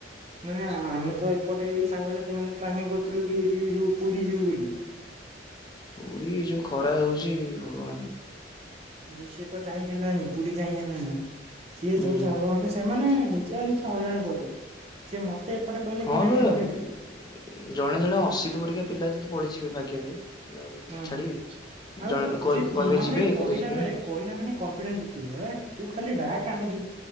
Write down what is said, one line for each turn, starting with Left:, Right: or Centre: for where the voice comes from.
Right: ନା ଆମେ ତ ଏପଟେ ଏଇ ସାଙ୍ଗସାଥି ମାନେ ପ୍ଲାନିଂ କରିଥିଲୁ କି ଏଠି ଯୋଉ ପୁରୀ ଯିବୁ ବୋଲି।
Left: ପୁରୀ ଯୋଉ ଖରା ହଉଛି ଭଗବାନ।
Right: ଭାଇ ସିଏ ତ ଯାଇ ହେଲାନି ପୁରୀ ଯାଇ ହେଲାନି ସିଏ
Left: ହୁଁ
Right: ଯୋଉ ସାଙ୍ଗ ମାନେ ସେମାନେ ନିଜ ନିଜ ହଇରାଣ କରୁଦଉଥିଲେ ସେଏ ମତେ ଏପଟେ କହିଲେ
Left: ହଁ
Right: କି ନାଇଁ
Left: ବେ
Right: ଆମେ ଏ
Left: ଜଣେ ଜଣେ ଅଶୀତ ପରିକା ପିଲା ଯଦି ପଢିଯିବେ ଭାଗ୍ୟରେ ସିଏ ଆଉ
Right: ହଁ
Left: ଛାଡିବେ
Right: ଆଉ
Left: ଜଣେ କହିବେ
Right: ସିଏ ମାନେ
Left: ଯିବେ
Right: କହିଲା
Left: କହିବେ ଯିବେନି।
Right: ବେଳେ କହିଲା ମାନେ କନଫିଡେନ୍ସ ଦେଖିବୁ ହେଲା ତୁ ଖାଲି ଡାକ୍ ଆମେ ଯିବୁ